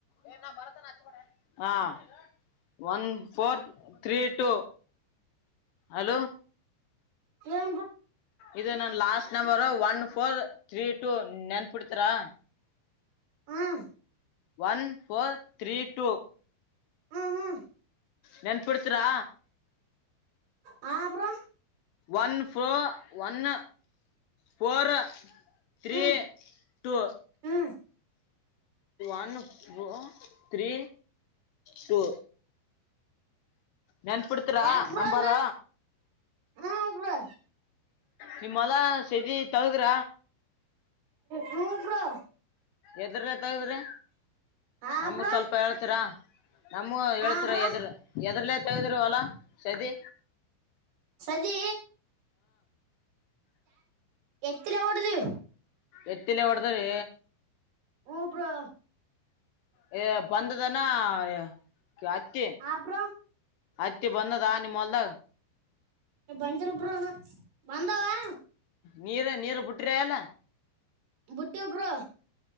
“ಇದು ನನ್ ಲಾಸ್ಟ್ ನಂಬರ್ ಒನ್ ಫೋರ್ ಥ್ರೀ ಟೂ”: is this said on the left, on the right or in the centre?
Left